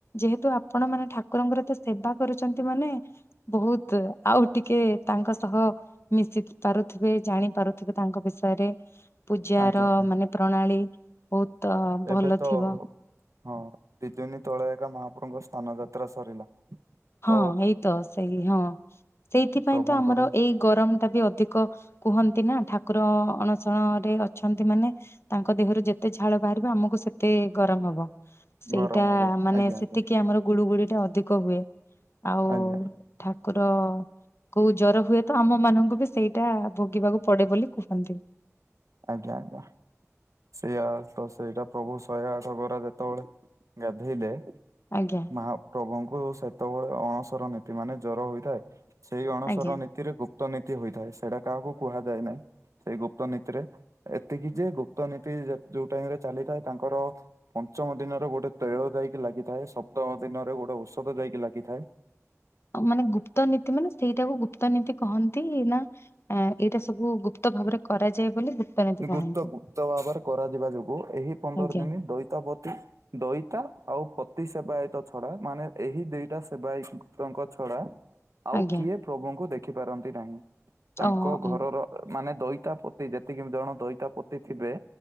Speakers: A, on the left; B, on the right.
A: ଯେହେତୁ ଆପଣ ମାନେ ଠାକୁରଙ୍କର ଏତେ ସେବା କରୁଚନ୍ତି ମାନେ ବହୁତ ଆଉ ଟିକେ ତାଙ୍କ ସହ ମିଶିପାରୁଥିବେ ଜାଣି ପାରୁଥିବେ ତାଙ୍କ ବିଷୟରେ। ପୂଜାର
B: ଆଜ୍ଞା ଆଜ୍ଞା
A: ମାନେ ପ୍ରଣାଳୀ ବହୁତ ଭଲ
B: ଏବେ ତ
A: ଥିବ।
B: ହଁ ଦି ଦିନୀ ତଳେ ଏକା ମହାପ୍ରଭୁଙ୍କ ସ୍ନାନ ଯାତ୍ରା ସରିଲା।
A: ହଁ
B: ତ
A: ଏଇତ ସେଇ ହଁ ସେଇଥିପାଇଁ
B: ପ୍ରଭୁଙ୍କର
A: ତ ଆମର ଏଇ ଗରମ ଟା ବି ଅଧିକ କୁହନ୍ତି ନା ଠାକୁର ଅଣ ସରେ ଅଛନ୍ତି ମାନେ ତାଙ୍କ ଦେହରୁ ଯେତେ ଝାଳ ବାହାରିବ ଆମକୁ ସେତେ ଗରମ ହବ। ସେଇଟା
B: ଗରମ ହବ
A: ମାନେ
B: ଆଜ୍ଞା
A: ସେତିକି
B: ଆଜ୍ଞା
A: ଆମର ଗୁଳୁଗୁଳି ଟା ଅଧିକ ହୁଏ। ଆଉ
B: ଆଜ୍ଞା
A: ଠାକୁର କୋଉ ଜ୍ବର ହୁଏ ତ ଆମ ମାନଙ୍କୁ ବି ସେଇଟା ଭୋଗିବାକୁ ପଡେ ବୋଲି କୁହନ୍ତି।
B: ଆଜ୍ଞା ଆଜ୍ଞା। ସେଇଆତ ସେଇଟା ପ୍ରଭୁ ଶହେ ଆଠ ଗରା ଯେତେବେଳେ ଗାଧୋଇଲେ
A: ଆଜ୍ଞା।
B: ମହାପ୍ରଭୁଙ୍କୁ ସେତେବେଳେ ଅଣସର ନୀତି ମାନେ ଜ୍ଵର ହୋଇଥାଏ ସେଇ ଅଣସର
A: ଆଜ୍ଞା
B: ନୀତିରେ ଗୁ ଗୁପ୍ତ ନୀତି ହୋଇଥାଏ ସେଇଟା କାହାକୁ କୁହାଯାଏ ନାହିଁ ସେଇ ଗୁପ୍ତ ନୀତିରେ ଏତିକି ଯେ ଗୁପ୍ତ ନୀତି ଯୋଉ ଟାଇମ ରେ ଚାଲିଥାଏ ତାଙ୍କର ପଞ୍ଚମ ଦିନରେ ଗୋଟେ ତୈଳ ଯାଇକି ଲାଗିଥାଏ ସପ୍ତମ ଦିନରେ ଗୋଟେ ଔଷଧ ଯାଇକି ଲାଗିଥାଏ। <unintelligible> ଁ
A: ଆ ମାନେ ଗୁପ୍ତ ନୀତି ମାନେ ସେଇଟାକୁ ଗୁପ୍ତ ନିତୀ କହନ୍ତି ନା ଏଇଟା ସବୁ ଗୁପ୍ତ ଭାବରେ କରାଯାଏ ବୋଲି ଗୁପ୍ତ ନୀତି କହନ୍ତି
B: ଗୁପ୍ତ ଗୁପ୍ତ ଭାବରେ କରାଯିବା ଯୋଗୁ ଏହି ପନ୍ଦର
A: ଆଜ୍ଞା।
B: ଦିନି ଦଇତାପତି ଦଇତା ଆଉ ପତି ସେବାୟତ ଛଡା ମାନେ ଏହି ଦିଇଟା ସେବାୟତଙ୍କ ଛଡା ହ। <unintelligible> ଆଉ
A: ଆଜ୍ଞା
B: କିଏ ପ୍ରଭୁଙ୍କୁ ଦେଖିପାରନ୍ତି ନାହିଁ ତାଙ୍କ
A: ଅ
B: ଘରର
A: ଉଁ
B: ମାନେ ଦଇତା ପତି ଯେ ଯେତିକି ଜଣ ଦଇତା ପତି ଥିବେ।